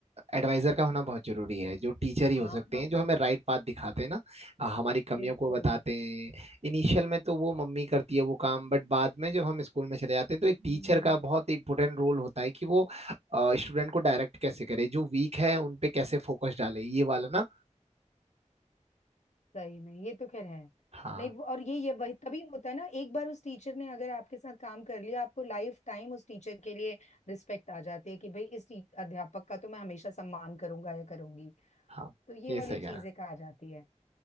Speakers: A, on the right (about 55°); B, on the left (about 65°).
A: एडवाइजर का होना बहुत जरूरी है जो टीचर ही
B: हाँ
A: हो सकते हैं जो हमें राइट पाथ दिखाते हैं ना अ, हमारी कमियों
B: बिल्कुल
A: को बताते हैं इनिशियल में तो वो मम्मी करती है वो काम बट बाद में जब हम स्कूल में चले जाते हैं तो एक
B: हम्म,
A: टीचर का बहुत इंपॉर्टेंट रोल होता है कि वो स्टूडेंट को डायरेक्ट कैसे करे जो वीक है उन पे कैसे फोकस डाले ये वाला ना
B: सही में ये तो खैर है
A: हाँ
B: नहीं और ये ये वही तभी होता है ना एक बार उस टीचर ने अगर आपके साथ काम कर लिया आपको लाइफ टाइम उस टीचर के लिए रिस्पेक्ट आ जाती है कि भाई इस टी- अध्यापक का तो मैं हमेशा सम्मान करूंगा या करूंगी
A: हाँ
B: तो ये
A: ये
B: वाली
A: सही
B: चीजें
A: कह रहे हैं
B: कहा जाती है